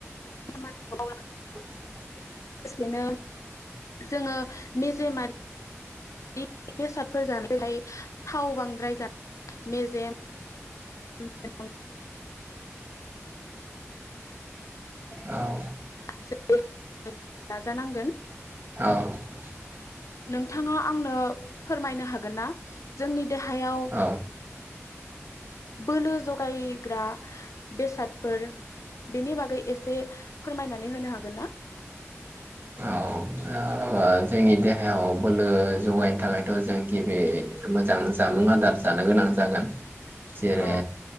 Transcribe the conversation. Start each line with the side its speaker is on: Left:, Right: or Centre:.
Left: <unintelligible>
Right: <inaudible>
Left: लोगोसेनो जोङो मेजेमारि बेसादफोर जानायहाय थाव बांद्राय जानाय मेजेम <unintelligible>
Right: औ
Left: <unintelligible> नाजानांगोन
Right: औ
Left: नोंथाङा आंनो फोरमायनो हागोन‌। ना जोंनि देहायाव
Right: औ
Left: बोलो जगायग्रा बेसादफोर बेनि बागै एसे फोरमायनानै होनो हागोन ना
Right: औ जोंनि देहायाव बोलो जगायनो थाखायथ' जों गिबि मोजां जामुं आदार जानो गोनां जागोन जेरै
Left: औ